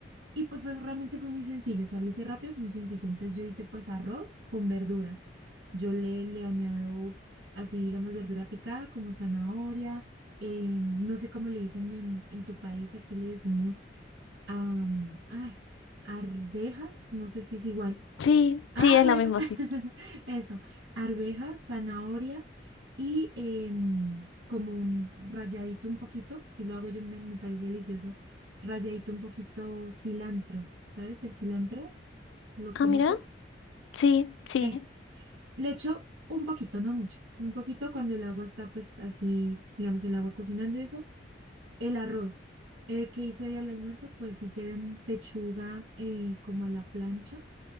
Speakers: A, on the right (about 90°); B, on the left (about 80°).
A: y pues, pues realmente fue muy sencillo, o sea, lo hice rápido, muy sencillo, entonces yo hice pues arroz con verduras, yo le, le añado así, digamos, verdura picada como zanahoria, eh, no sé cómo le dicen en, en tu país, aquí le decimos am, ay, arvejas, no sé si es igual.
B: Sí,
A: Ah,
B: sí, es
A: bueno,
B: lo mismo,
A: <laughs>
B: sí.
A: eso, arvejas, zanahoria y em, como un rayadito un poquito, si lo hago yo me, me parece delicioso, rayadito un poquito cilantro, ¿sabes? El cilantro, ¿lo conoces?
B: Ah, mira, sí, sí.
A: Es. Le echo un poquito, no mucho, un poquito cuando el agua está pues así, digamos, el agua cocinando y eso el arroz. Eh, ¿qué hice hoy al almuerzo? Pues hice mm, pechuga eh, como a la plancha.